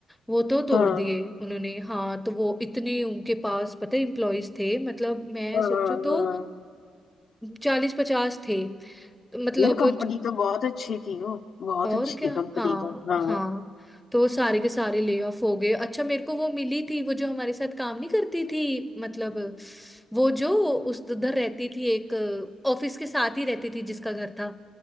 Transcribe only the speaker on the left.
हाँ
हाँ
हाँ
यार कंपनी तो बहुत अच्छी थी वो बहुत
अच्छी
थी कंपनी
तो हाँ